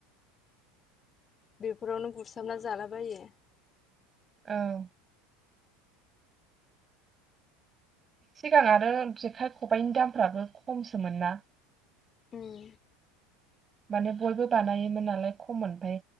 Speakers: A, on the left; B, on the right.
A: बेफोरावनो गुरसाबना जालाबायो।
B: औ सिगां आरो जेखाइ ख'बाइनि दामफ्राबो खमसोमोन ना।
A: उम
B: माने बयबो बानायोमोन नालाय खममोन ओमफाय